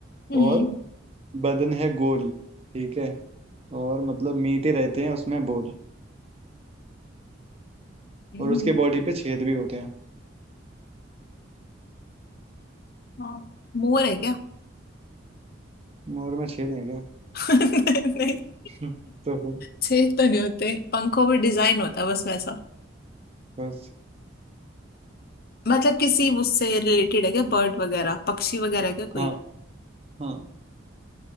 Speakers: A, on the left; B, on the right.
A: हम्म
B: और बदन है गोल ठीक है और मतलब मीठे रहते हैं उसमें बोल
A: हम्म,
B: और उसकी बॉडी पे छेद भी होते हैं
A: हाँ। मोर है क्या
B: मोर में छेद है क्या
A: <laughs> नहीं
B: हम्म, तो फिर
A: छेद तो नहीं होते पंखों पे डिजाइन होता है बस वैसा
B: बस
A: मतलब किसी उससे रिलेटेड है क्या बर्ड वगैरह पक्षी वगैरह क्या कोई
B: हाँ हाँ